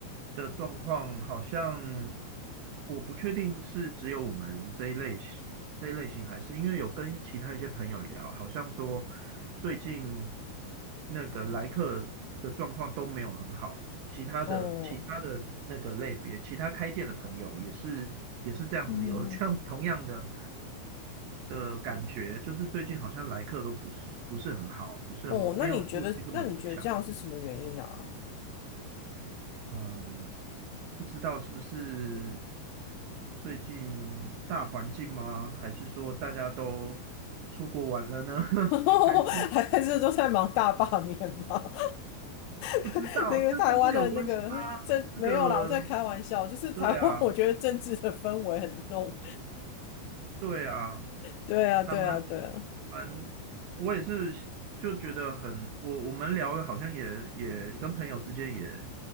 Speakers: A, on the right (about 75°); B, on the left (about 85°).
A: 的状况好像，我不确定是只有我们这一类型，这一类型，还是因为有跟其他一些朋友聊，好像说最近那个来客的状况都没有很好。其他的其他的那个类别，
B: 哦，
A: 其他开店的朋友也是也是这样子，
B: 嗯哼哼哼，
A: 有这样 <laughs> 同样的的感觉，就是最近好像来客都不是不是很好，不是很没有过去这么理想。
B: 哦，那你觉得那你觉得这样是什么原因呢？
A: 嗯，不知道是不是最近大环境吗？还是说大家都出国玩了呢？
B: <laughs>
A: <laughs> 还是
B: 还是都在忙大罢免吗？
A: 不知道，
B: <laughs> 那个台湾的那个政没有啦，
A: 这跟这有关系吗？这个，
B: 我在开玩笑，就是台湾，
A: 对啊，
B: 我觉得政治的氛围很浓。
A: 对啊。
B: 对啊，对啊，
A: 还蛮
B: 对啊，
A: 蛮，我也是就觉得很，我我们聊好像也也跟朋友之间也